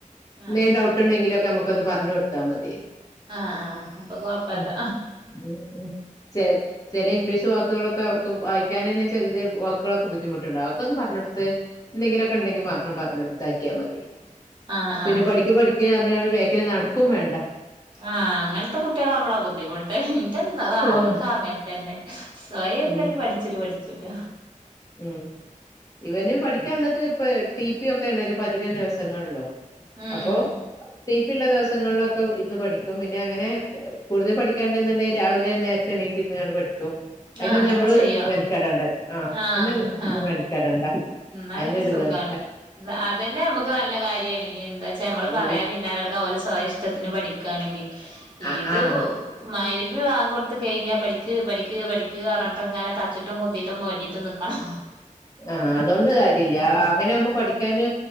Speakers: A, on the left; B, on the right.
A: എന്തേലുംഡൗട്ട്
B: ആഹ്
A: ഉണ്ടെങ്കിലും ഒക്കെ നമ്മുക്കൊന്ന് പറഞ്ഞു കൊടുത്താ മതി.
B: ആ ആ അപ്പൊ കൊഴപ്പില്ല.
A: ഉം ഉം ഉം ചി ചില ഇംഗ്ലീഷ് വാക്കുകളൊക്കെ അവർക്ക് വായിക്കാൻ തന്നെ ചെല വാക്കുകളൊക്കെ ബുദ്ധിമുട്ടുണ്ടാവും അത് ഒക്കെ ഒന്ന് പറഞ്ഞു കൊ എന്തെങ്കിലുമൊക്കെ ഉണ്ടെങ്കിൽ മാത്രം പറഞ്ഞു കൊടുത്ത് ഇതാക്കിയാൽ മതി
B: ആഹ്
A: പിന്നെ
B: ആഹ്
A: പഠിക്ക് പഠിക്ക് യാളുടെ ബാക്കില് നടക്കും വേണ്ട.
B: ആ അങ്ങനത്തെ കുട്ടികളാവുമ്പോളാ ബുദ്ധിമുട്ട് ഇന്റെ നാലെണ്ണവും
A: ഓഹ്
B: അങ്ങനെ തന്നെ സ്വയം എന്താലും
A: ഉം
B: പഠിച്ചല പഠിച്ചൂല
A: ഉം ഇവനും പഠിക്കാനുള്ളത് ഇപ്പ ടി പി ഒക്കെ ഉണ്ടല്ലോ ഇപ്പ അധികം ദിവസങ്ങളിലും
B: ഉം
A: അപ്പൊ ടി പിയുള്ളദിവസം ദിവസങ്ങളിലൊക്കെ ഇന്ന് പഠിക്കും പിന്നെ അങ്ങനെ കൂടുതൽ പഠിക്കേണ്ടന്നുണ്ടെങ്കിൽ രാവിലെ നേരത്തെ എണീറ്റ്ഇരുന്നു കൊണ്ട് പഠിക്കും ക്കും അതിനൊന്നു
B: ആഹ് അങ്ങനൊക്കെ
A: നമ്മള്
B: ചെയ്യാ
A: മെനക്കെടേണ്ട ആ
B: ആഹ്
A: അതിന്
B: ആഹ്
A: മെനക്കെടണ്ട
B: എന്നാ
A: അയിനൊരു
B: പിന്നെ സുഖാണ്
A: ഇതാണ്
B: അതന്നെ നമുക്ക് നല്ല കാര്യണ് എന്താ വച്ചാ നമ്മള് പറയാ
A: ഉം
B: പിന്നാലെ നടക്കാൻ ഓല് സ്വയം ഇഷ്ടത്തിന് പഠിക്കുകയാണെങ്കി
A: ആഹ്
B: ഇത്
A: ആഹ്
B: മയ് വാങ്ക് കൊടുത്ത് കഴിഞ്ഞാ പഠിക്ക് പഠിക്ക് പഠിക്ക് പറഞ്ഞിട്ട് അങ്ങനെ തച്ചിട്ടും കൊത്തിട്ടും മെടിട്ടും നിക്കണം.
A: ആ അതുകൊണ്ട് കാര്യല്ല അങ്ങനെ ആകുമ്പോ പഠിക്കാന്